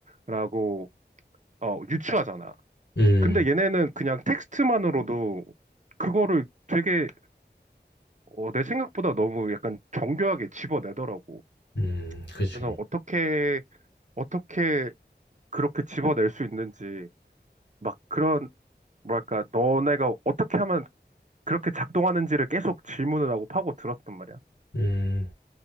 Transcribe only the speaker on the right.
라고 어, 유추하잖아.
근데 얘네는 그냥 텍스트만으로도 그거를 되게 어, 내 생각보다 너무 약간 정교하게 집어내더라고.
그래서 어떻게, 어떻게 그렇게 집어낼 수 있는지, 막 그런, 뭐랄까, 너네가 어떻게 하면 그렇게 작동하는지를 계속 질문을 하고 파고 들었단 말이야.